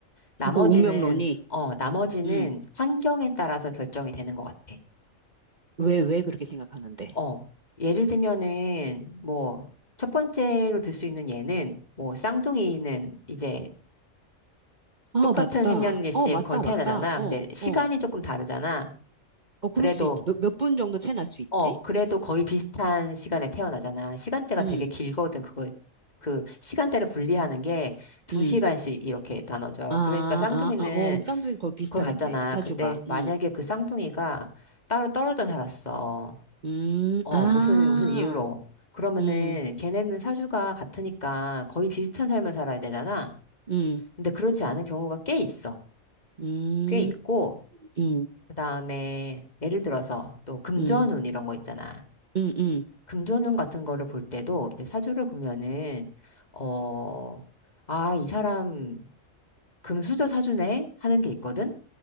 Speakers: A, on the left (about 30°); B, on the right (about 40°).
A: 나머지는,
B: 그 운명론이.
A: 어, 나머지는
B: 음.
A: 환경에 따라서 결정이 되는 것 같아.
B: 왜, 왜 그렇게 생각하는데?
A: 어, 예를 들면은, 뭐, 첫 번째로 들 수 있는 예는, 뭐, 쌍둥이는 이제
B: 아,
A: 똑같은
B: 맞다.
A: 생년일시에
B: 어, 맞다,
A: 거의 태어나잖아.
B: 맞다. 어,
A: 근데 시간이
B: 어.
A: 조금 다르잖아.
B: 어, 그럴
A: 그래도
B: 수 있지. 몇, 몇 분 정도 채 날 수 있지?
A: 어, 그래도 거의 비슷한 시간에 태어나잖아. 시간대가
B: 음,
A: 되게 길거든. 그거, 그, 시간대를 분리하는 게 두시간씩
B: 음.
A: 이렇게 나눠져.
B: 아, 아,
A: 그러니까 쌍둥이는
B: 아, 어, 그럼 쌍둥이 거의 비슷하겠네.
A: 그거 같잖아.
B: 사주가.
A: 근데 만약에
B: 음,
A: 그 쌍둥이가 따로 떨어져 살았어.
B: 음,
A: 어,
B: 아,
A: 무슨, 무슨 이유로. 그러면은
B: 음,
A: 걔네는 사주가 같으니까 거의 비슷한 삶을 살아야 되잖아.
B: 음,
A: 근데 그렇지 않은 경우가 꽤 있어.
B: 음,
A: 꽤 있고,
B: 음,
A: 그 다음에 예를 들어서 또 금전운
B: 음,
A: 이런 거 있잖아.
B: 음, 음,
A: 금조는 같은 거를 볼 때도 이제 사주를 보면은 어, 아, 이 사람 금수저 사주네 하는 게 있거든.